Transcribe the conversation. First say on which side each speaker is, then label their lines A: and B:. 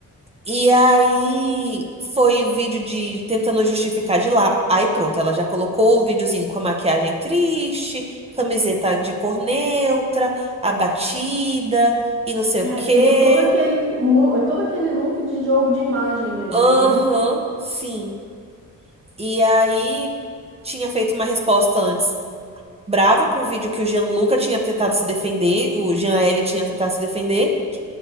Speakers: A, on the right (about 20°); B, on the right (about 40°).
A: E aí foi o vídeo de tentando justificar de lá. Aí pronto, ela já colocou o videozinho com a maquiagem triste, camiseta de cor neutra, abatida e não sei
B: É,
A: o quê.
B: tipo, todo aquele, lu- todo aquele look de jogo de imagem mesmo,
A: Aham,
B: né?
A: sim. E aí tinha feito uma resposta antes brava pro vídeo que o Jean Luca tinha tentado se defender, o Jean L tinha tentado se defender.